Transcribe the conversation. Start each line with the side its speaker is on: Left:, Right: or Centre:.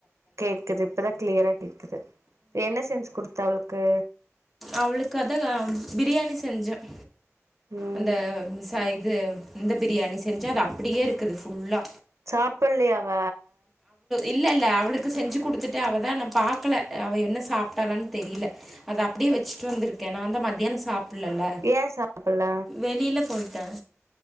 Right: கேக்குது இப்பதான் கிளியரா கேக்குது என்ன செஞ்சு குடுத்த அவளுக்கு
Centre: அவளுக்கு அத பிரியாணி செஞ்சேன்
Right: ம்
Centre: அந்த ச இது இந்த பிரியாணி செஞ்சா அது அப்படியே இருக்குது ஃபுல்லா
Right: சாப்பல்லையா வ
Centre: இல்ல இல்ல அவளுக்கு செஞ்சு குடுத்துட்ட அவதா நா பாக்கல அவ என்ன சாப்டாலான் தெரியில அத அப்டியே வெச்சுட்டு வந்துருக்க நாந்தா மத்தியான சாப் புல்லல்ல
Right: ஏ சாப்புட்ல
Centre: வெளியில போயிட் ட